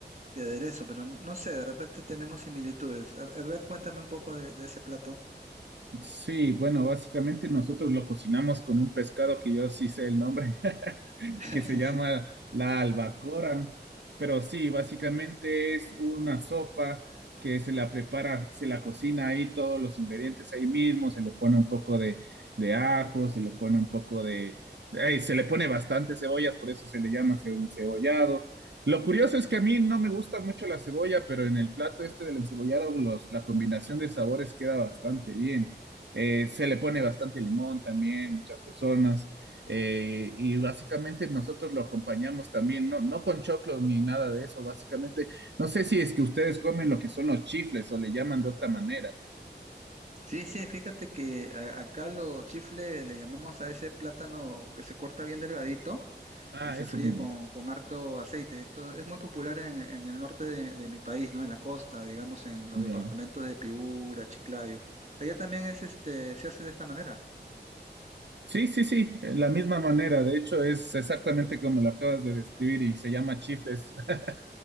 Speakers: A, on the right; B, on the right.
A: de aderezo, pero no sé, de repente tenemos similitudes. A, a ver, cuéntame un poco de, de ese plato.
B: Sí, bueno, básicamente nosotros lo cocinamos con un pescado que yo sí sé el nombre,
A: <laughs>
B: que se llama la albacora. Pero sí, básicamente es una sopa que se la prepara, se la cocina ahí todos los ingredientes ahí mismo, se le pone un poco de, de ajo, se le pone un poco de, ay, se le pone bastante cebollas, por eso se le llama ce- encebollado. Lo curioso es que a mí no me gusta mucho la cebolla, pero en el plato este del encebollado, los- la combinación de sabores queda bastante bien. Eh, se le pone bastante limón también, muchas personas. Eh, y básicamente nosotros lo acompañamos también, no, no con choclo ni nada de eso, básicamente. No sé si es que ustedes comen lo que son los chifles o le llaman de otra manera.
A: Sí, sí, fíjate que a- acá los chifles le llamamos a ese plátano que se corta bien delgadito.
B: Ah,
A: Y se
B: eso
A: fríe
B: mismo.
A: con, con harto aceite. Esto es muy popular en, en el norte de, de mi país, ¿no? En la costa, digamos, en los
B: Ya.
A: departamentos de Piura, Chiclayo. Allá también es este, se hace de esta manera.
B: Sí, sí, sí, eh, la misma manera. De hecho, es exactamente como lo acabas de describir y se llama chifles <laughs>